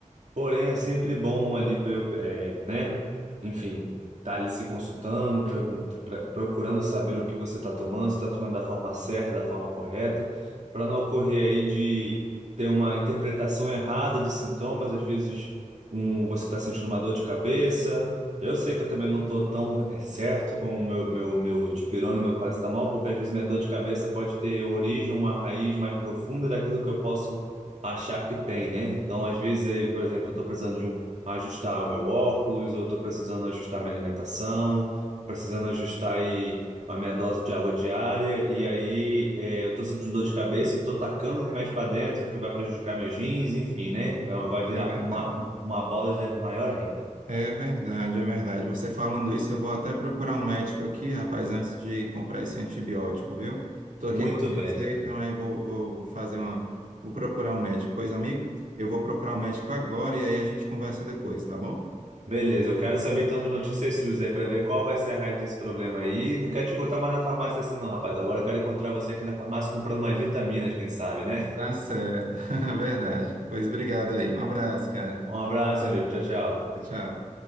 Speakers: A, on the right; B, on the right.
A: Porém, é sempre bom ali, pre- é, né? Enfim, tá ali se consultando, pergun- pra- procurando saber o que você está tomando, se está tomando da forma certa, da forma correta, para não ocorrer aí de ter uma interpretação errada de sintomas. Às vezes, um, você está sentindo uma dor de cabeça. Eu sei que eu também não estou tão é, certo com o meu, meu, meu dipirona e meu paracetamol, porque às vezes minha dor de cabeça pode ter origem, uma raiz mais profunda daquilo que eu posso achar que tem, né? Então, às vezes, aí, por exemplo, eu estou precisando de um, ajustar o meu óculos, ou estou precisando ajustar minha alimentação, precisando ajustar aí a minha dose de água diária, e aí é, eu estou sentindo dor de cabeça, estou tacando remédio para dentro, que vai prejudicar meus rins, enfim, né? É, Vai virar
B: É verdade.
A: uma, uma bola de neve maior ainda.
B: É verdade, é verdade. Você falando isso, eu vou até procurar um médico aqui, rapaz, antes de comprar esse antibiótico, viu? Estou
A: Muito
B: aqui com a receita,
A: bem.
B: mas vou, vou, vou fazer uma. Vou procurar um médico. Pois, amigo, eu vou procurar um médico agora e aí a gente conversa depois, tá bom?
A: Beleza, eu quero saber então de notícias suas aí para ver qual vai ser a raiz desse problema aí. Não quero te encontrar mais na farmácia assim não, rapaz. Agora eu quero encontrar você aqui na farmácia comprando mais vitaminas, quem sabe, né?
B: Tá certo, <laughs> verdade. Pois obrigado aí. Um abraço, cara.
A: Um abraço, amigo. Tchau, tchau.
B: Tchau.